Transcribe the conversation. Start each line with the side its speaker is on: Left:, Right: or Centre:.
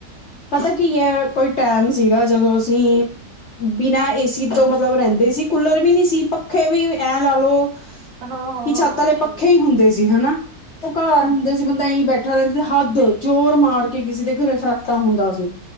Left: ਪਤਾ ਕੀ ਹੈ ਕੋਈ ਟਾਈਮ ਸੀਗਾ ਜਦੋਂ ਅਸੀਂ, ਬਿਨਾਂ ਏਸੀ ਤੋਂ ਮਤਲਬ ਰਹਿੰਦੇ ਸੀ ਕੂਲਰ ਵੀ ਨੀ ਸੀ ਪੱਖੇ ਵੀ ਐਂ ਲਾ ਲਓ ਕਿ
Right: ਹਾਂ ਹਾਂ
Left: ਛੱਤ ਆਲੇ ਪੱਖੇ
Right: ਸਹੀ
Left: ਹੀ ਹੁੰਦੇ ਸੀ ਹੈਨਾ। ਤੇ ਘਾਰ ਹੁੰਦੇ ਸੀ ਬੰਦਾ ਇਈ ਬੈਠਾ ਰਹਿੰਦਾ ਸੀ ਹੱਦ ਜੋੋਰ ਮਾਰ ਕੇ ਕਿਸੇ ਦੇ ਘਰੇ ਫਰਾ ਟਾ ਹੁੰਦਾ ਸੀ।